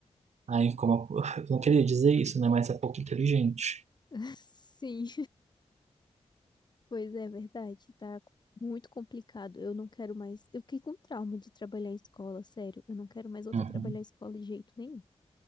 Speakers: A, on the right; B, on the left.
A: Ai, como. Eu não queria dizer isso, né, mas é pouco inteligente.
B: <laughs> Sim. Pois é, verdade, tá muito complicado. Eu não quero mais. Eu fiquei com trauma de trabalhar em escola, sério. Eu não quero mais voltar
A: Uhum.
B: a trabalhar em escola de jeito nenhum.